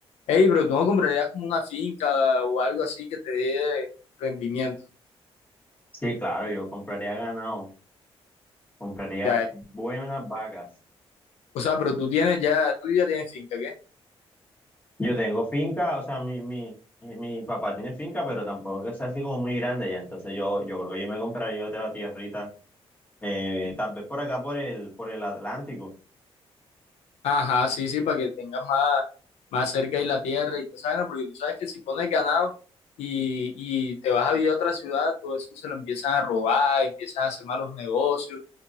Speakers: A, on the left (about 85°); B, on the left (about 15°).
A: Ey, pero tú no comprarías como una finca o algo así que te dé rendimiento.
B: Sí, claro, yo compraría ganado, compraría
A: Ya,
B: buenas vacas.
A: O sea, pero tú tienes ya, tú ya tienes finca, ¿qué?
B: Yo tengo finca, o sea, mi, mi, mi papá tiene finca, pero tampoco es que sea así como muy grande ya. Entonces yo, yo creo que yo me compraría otra tierrita, eh, tal vez por acá por el, por el Atlántico.
A: Ajá, sí, sí, para que tengas más, más cerca ahí la tierra y te saben, porque tú sabes que si pones ganado y, y te vas a vivir a otra ciudad, todo eso se lo empiezan a robar, empiezan a hacer malos negocios